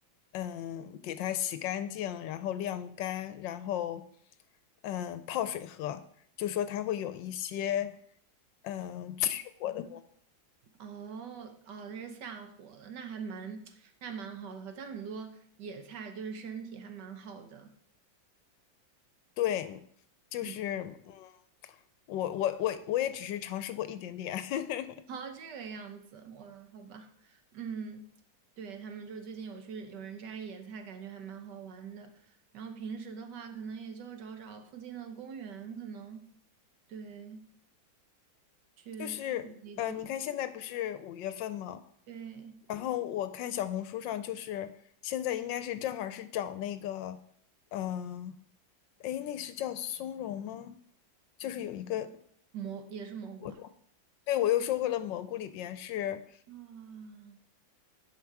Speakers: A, on the left (about 75°); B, on the right (about 65°).
A: 嗯，给它洗干净，然后晾干，然后，嗯，泡水喝，就说它会有一些，嗯，去火的，
B: 哦哦，这是下火了，那还蛮 <tsk> 那蛮好的，好像很多野菜对身体还蛮好的。
A: 对，就是，
B: 嗯，
A: 嗯，我我我我也只是尝试过一点点。<laughs>
B: 好，这个样子，哇，好吧，嗯，对，他们就是最近有去有人摘野菜，感觉还蛮好玩的。然后平时的话，可能也就找找附近的公园，可能对，去公园里走，
A: 就是呃，你看现在不是五月份吗？
B: 对，
A: 然后我看小红书上，就是现在应该是正好是找那个，嗯、呃，诶，那是叫松茸吗？就是有一个，
B: 蘑也是蘑菇啊。
A: 我对我又说回了蘑菇里边是，
B: 啊，